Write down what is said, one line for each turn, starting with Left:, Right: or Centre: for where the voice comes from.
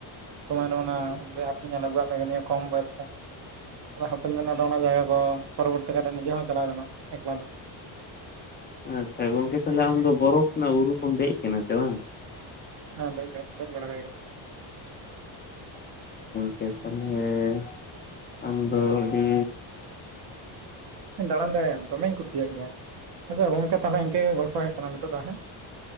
Right: ᱥᱚᱢᱚᱭ ᱨᱮ ᱚᱱᱟ ᱦᱟᱯᱧᱮᱞ ᱞᱮ ᱠᱚᱢ ᱵᱚᱭᱚᱥ ᱨᱮ ᱚᱱᱟ ᱡᱟᱭᱜᱟ ᱠᱚᱨᱚᱵᱚᱨᱛᱤ ᱠᱟᱨᱮᱤᱡᱮ ᱦᱚᱸ ᱪᱟᱞᱟᱣ ᱜᱟᱱᱚᱜ ᱮᱠᱞᱟ ᱫᱚ
Left: ᱟᱪᱪᱷᱟ ᱜᱚᱝᱠᱮ᱾ ᱛᱟᱦᱞᱮ ᱟᱢ ᱫᱚ ᱵᱚᱨᱚᱯᱷ ᱨᱮᱱᱟᱜ ᱵᱩᱨᱩ ᱠᱚᱢ ᱫᱮᱡ ᱟᱠᱟᱱᱟ ᱥᱮ ᱵᱟᱝ?
Right: ᱦᱮᱸ ᱫᱮᱡ ᱫᱮᱡ ᱵᱟᱲᱟ ᱦᱩᱭ ᱠᱟᱱᱟ᱾
Left: ᱦᱮᱸ ᱪᱟᱞᱮᱸ ᱟᱢ ᱫᱚ ᱰᱤ
Right: ᱫᱟᱬᱟᱱ ᱫᱟᱲᱮ ᱫᱚᱢᱮᱧ ᱠᱩᱥᱤᱭᱟᱜ ᱜᱮᱭᱟ ᱟᱪᱪᱷᱟ ᱜᱚᱝᱠᱮ ᱛᱟᱦᱚᱞᱮ ᱤᱱᱠᱟᱹᱜ ᱜᱮ ᱜᱚᱞᱯᱚ ᱦᱮᱡ ᱠᱟᱱᱟ ᱱᱤᱛᱚᱜ ᱫᱚ ᱦᱮᱸ ᱚ